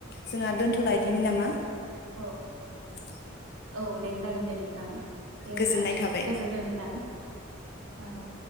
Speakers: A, on the left (about 55°); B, on the right (about 85°).
A: जोंहा दोनथलायदिनि नामा
B: औ
A: <inaudible>
B: औ दे जागोन दे नोंथां दे होमबा
A: गोजोननाय थाबाय।
B: गोजोनथों नोंथां औ